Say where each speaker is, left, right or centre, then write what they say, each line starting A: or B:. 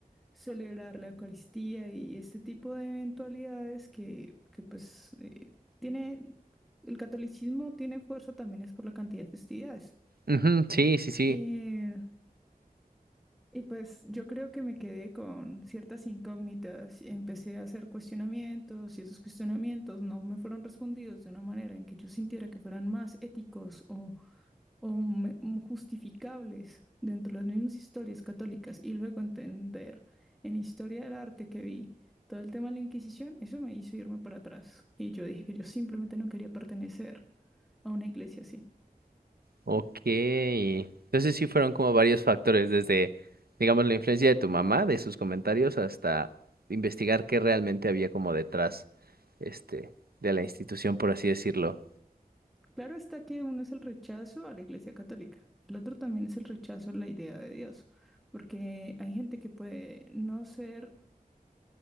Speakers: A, in the centre; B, on the right.
A: celebrar la Eucaristía y este tipo de eventualidades que, que, pues eh, tiene, el catolicismo tiene fuerza también es por la cantidad de festividades.
B: Ujú. Sí, sí, sí.
A: Y, y pues yo creo que me quedé con ciertas incógnitas y empecé a hacer cuestionamientos y esos cuestionamientos no me fueron respondidos de una manera en que yo sintiera que fueran más éticos o me- m- justificables dentro de las mismas historias católicas y luego entender en historia del arte que vi todo el tema de la Inquisición, eso me hizo irme para atrás. Y yo dije que yo simplemente no quería pertenecer a una iglesia así.
B: Ok. Entonces sí fueron como varios factores, desde, digamos, la influencia de tu mamá, de sus comentarios, hasta investigar qué realmente había como detrás, este, de la institución, por así decirlo.
A: Claro está que uno es el rechazo a la iglesia católica, el otro también es el rechazo a la idea de Dios, porque hay gente que puede no ser,